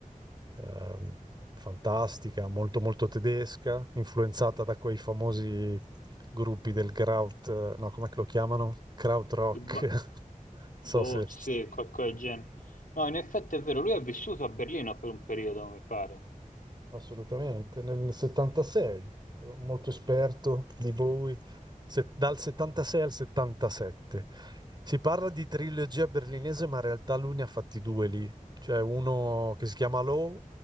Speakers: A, on the right; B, on the left.
A: ehm, fantastica, molto molto tedesca, influenzata da quei famosi gruppi del Kraut, eh, no, come lo chiamano? Krautrock.
B: Ba-
A: <laughs>
B: boh,
A: Non so se
B: sì, qualcosa del genere. No, in effetti è vero, lui ha vissuto a Berlino per un periodo, mi pare.
A: Assolutamente, nel 76, ero molto esperto di Bowie, se- dal 76 al 77. Si parla di trilogia berlinese, ma in realtà lui ne ha fatti due lì, cioè uno che si chiama Low